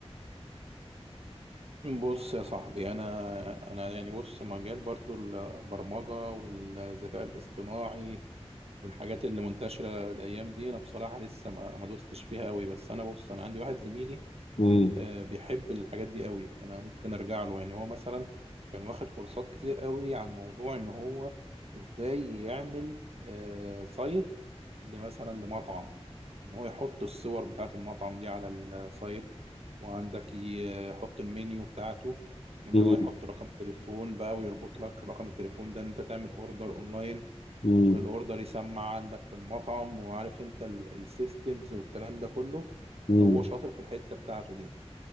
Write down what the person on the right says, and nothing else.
بص يا صاحبي انا انا يعني بص مجال برضو البرمجه والذكاء الاصطناعي والحاجات اللي منتشره الايام دي انا بصراحه لسه ما ما دوستش فيها قوي بس انا بص انا عندي واحد زميلي
آه، بيحب الحاجات دي قوي فانا ممكن ارجع له يعني هو مثلا كان واخد كورسات كتير قوي عن موضوع ان هو ازاي يعمل آه، سايت لمثلا لمطعم وان هو يحط الصور بتاعه المطعم دي على السايت وعندك يحط المنيو بتاعته ان
هو يحط رقم تليفون بقى ويربط لك رقم التليفون ده ان انت تعمل اوردر اونلاين
والاوردر يسمع عندك في المطعم وعارف انت السيستمز والكلام ده كله
هو شاطر في الحتة بتاعته دي